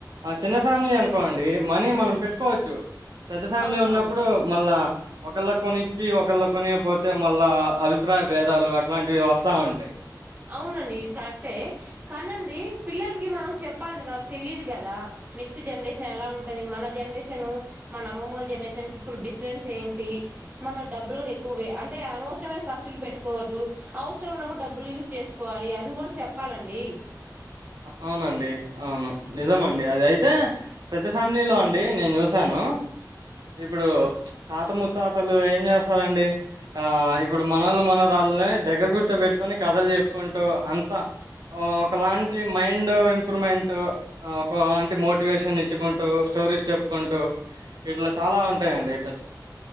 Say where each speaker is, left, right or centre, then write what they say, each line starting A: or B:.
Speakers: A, on the right; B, on the right.
A: ఆ చిన్న ఫ్యామిలీ అనుకోండి మనీ మనం పెట్టుకోవచ్చు పెద్ద ఫ్యామిలీ
B: అవునవును
A: ఉన్నప్పుడు మళ్ళా ఒక్కళ్ళక్ కొనిచ్చి ఒకళ్ళ కొనియకపోతే మళ్ళా అభిప్రాయ భేదాలు అట్లాంటివి వస్తా ఉంటాయి
B: అవునండి కరెక్టే కానండి పిల్లలకి మనం చెప్పాలండి వాళ్ళక్ తెలియిదు కదా నెక్స్ట్ జనరేషన్ ఎలా ఉంటది మన జనరేషన్ మన అమ్మమ్మూల జనరేషన్ క ఇప్పుడు డిఫరెన్స్ ఏంటి మనం డబ్బులు కూడా ఎక్కువే అంటే అనవసరమైన ఖర్చులు పెట్టుకోవద్దు అవసరం ఉన్నప్పుడు డబ్బులు యుస్ చేసుకోవాలి అని కూడా చెప్పాలండి
A: అవునండి అవును నిజమండి అది అయితే పెద్ద ఫ్యామిలీలో అండి నేను చూశాను ఇప్పుడు తాత ముత్తాతలు ఏం చేస్తారండి ఇప్పుడు మనళ్ళు మనరాళ్ళని దగ్గర కూర్చోబెట్టుకొని కథలు చెప్పుకుంటూ అంతా ఓ ఒకలాం మైండ్ ఇంప్రూవ్మెంట్ ఒక అంటి మోటివేషన్ ఇచ్చుకుంటూ స్టోరీస్ చెప్పుకుంటూ ఇట్లా చాలా ఉంటాయి అండి